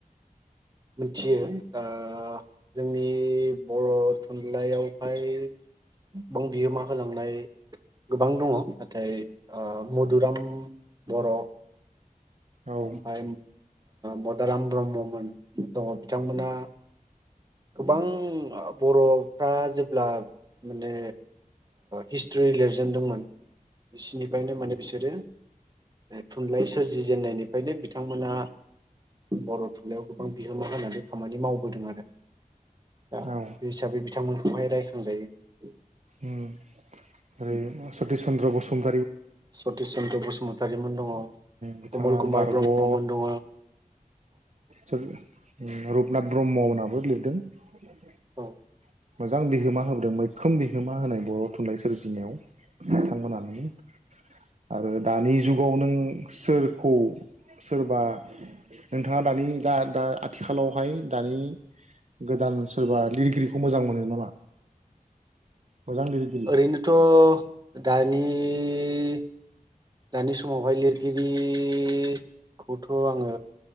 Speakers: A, on the right; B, on the right.
A: मिथियो ओ जोंनि बर' थुनलाइयावहाय गोबां बिहोमा होलांनाय गोबां दङ नाथाय ओ मधुराम बर'
B: औ
A: <unintelligible> ओ मदाराम ब्रह्ममोन। दङ बिथांमोना गोबां बर'फ्रा जेब्ला माने हिस्ट्रि लिरजेनदोंमोन बिसिनिफ्रायनो माने बिसोरो थुनलाइ सोरजिजेननायनिफ्रायनो बिथांमोना बर' थुनलाइयाव गोबां बिहोमा होनानै खामानि मावबोदों आरो दा
B: औ
A: बे हिसाबै बिथांमोनखौहाय रायखांजायो।
B: उम
A: <inaudible>
B: ओरै सतिस चन्द्र बसुमतारी
A: सतिस चन्द्र बसुमतारिमोन दङ। औ
B: बिथाङा
A: कमल कुमार
B: बारग'
A: ब्रह्ममोन
B: औ
A: दङ
B: सोर रुपनाथ ब्रह्म होनहाबो लिरदों <inaudible>
A: औ
B: मोजां बिहोमा होबोदों मैखोम बिहोमा होनाय बर' थुनलाइ सोरजिनायाव बिथांमोना नों आरो दानि जुगाव नों सोरखौ सोरबा नोंथाङा दानि दा दा आथिखालावहाय दानि गोदान सोरबा लिरगिरिखौ मोजां मोनो नामा? मोजां लिरगिरि
A: ओरैनोथ' दानि इ दानि समावहाय लिरगिरिखौथ' आङो